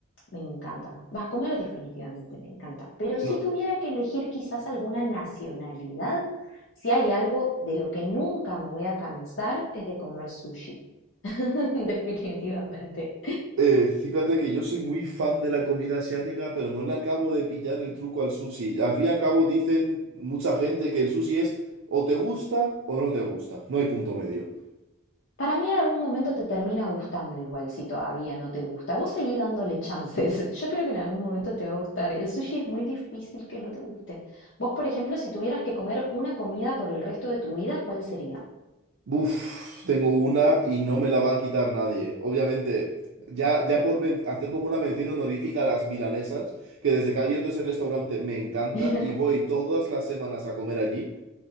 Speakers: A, on the left (about 65°); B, on the right (about 80°).
A: Me encanta. Va a comer definitivamente, me encanta. Pero
B: No,
A: si tuviera que elegir quizás alguna nacionalidad, si hay algo de lo que nunca me voy a cansar es de comer sushi. <laughs> Definitivamente.
B: Eh, fíjate que yo soy muy fan de la comida asiática, pero no le acabo de pillar el truco al sushi. Al fin y al cabo dicen mucha gente que el sushi es o te gusta o no te gusta. No hay punto medio.
A: Para mí en algún momento te termina gustando igual si todavía no te gusta. Vos seguí dándole chances. <laughs> Yo creo que en algún momento te va a gustar. El sushi es muy difícil que no te guste. Vos, por ejemplo, si tuvieras que comer una comida por el resto de tu vida, ¿cuál sería?
B: Uf, tengo una y no me la va a quitar nadie. Obviamente, ya, ya por men- hacer como una mención honorífica a las milanesas, que desde que ha abierto ese restaurante me encantan
A: <laughs>
B: y voy todas las semanas a comer allí.